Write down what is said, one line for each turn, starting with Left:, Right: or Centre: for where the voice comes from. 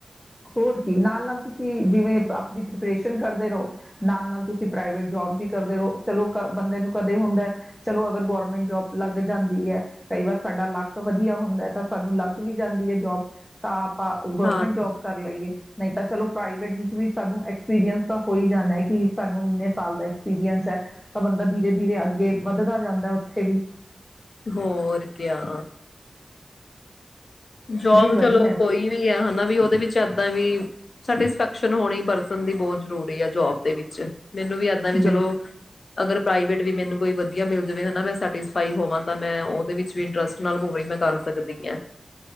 Centre: ਹੋਰ ਕੀ, ਨਾਲ-ਨਾਲ ਤੁਸੀਂ ਜਿਵੇਂ ਆਪਦੀ ਪ੍ਰਪਰੇਸ਼ਨ ਕਰਦੇ ਰਹੋ, ਨਾਲ-ਨਾਲ ਤੁਸੀਂ ਪ੍ਰਾਈਵੇਟ ਜੋਬ ਵੀ ਕਰਦੇ ਰਹੋ। ਚਲੋ, ਬੰਦੇ ਨੂੰ ਕਦੇ ਹੁੰਦਾ। ਚਲੋ, ਅਗਰ ਗੌਰਮੈਂਟ ਜੋਬ ਲੱਗ ਜਾਂਦੀ ਹੈ। ਕਈ ਵਾਰ ਸਾਡਾ ਲੱਕ ਵਧੀਆ ਹੁੰਦਾ ਤਾਂ ਸਾਨੂੰ ਲੱਗ ਵੀ ਜਾਂਦੀ ਹੈ। ਜੋਬ ਤਾਂ ਆਪਾਂ ਗੌਰਮੈਂਟ
Left: ਹਾਂ
Centre: ਜੋਬ ਕਰ ਲਈਏ ਨਹੀਂ ਤਾਂ ਚਲੋ, ਪ੍ਰਾਈਵੇਟ ਵਿੱਚ ਵੀ ਸਾਨ ਐਕਸਪੀਰੀੰਸ ਤਾਂ ਹੋ ਹੀ ਜਾਂਦਾ, ਕਿ ਸਾਨ ਇੰਨੇ ਸਾਲ ਦਾ ਐਕਸਪੀਰੀੰਸ ਹੈ, ਤਾਂ ਬੰਦਾ ਧੀਰੇ-ਧੀਰੇ ਅੱਗੇ ਵੱਧਦਾ ਜਾਂਦਾ। ਉੱਥੇ ਵੀਇ
Left: ਹੋਰ ਕਿਆ ਜੋਬ
Centre: ਨਹੀਂ
Left: ਚਲੋ,
Centre: ਵਧੀਆ
Left: ਕੋਈ ਵੀ ਹੈ, ਹਨਾ, ਵੀ ਉਹਦੇ ਵਿੱਚ ਏਦਾਂ ਵੀ ਸੈਟਿਸਫੈਕਸ਼ਨ ਹੋਣੀ ਪਰਸਨ ਦੀ ਬਹੁਤ ਜ਼ਰੂਰੀ ਹੈ, ਜੋਬ ਦੇ ਵਿੱਚ ਮੈਨੂੰ ਵੀ, ਇਏਦਾਂ ਵੀ,
Centre: ਬਿਲ
Left: ਚਲੋ, ਅਗਰ ਪ੍ਰਾਈਵੇਟ ਵੀ ਮੈਨੂੰ ਕੋਈ ਵਧੀਆ ਮਿਲ ਜਾਵੇ, ਹਨਾ, ਮੈ ਮੈਟਿਸਫਾਈ ਹੋਵਾਂ। ਮੈਂ ਉਹਦੇ ਵਿੱਚ ਵੀ ਇੰਟਰਸਟ ਨਾਲ ਹੋਵੇ, ਮੈਂ ਕਰ ਸਕਦੀ ਹਾਂ।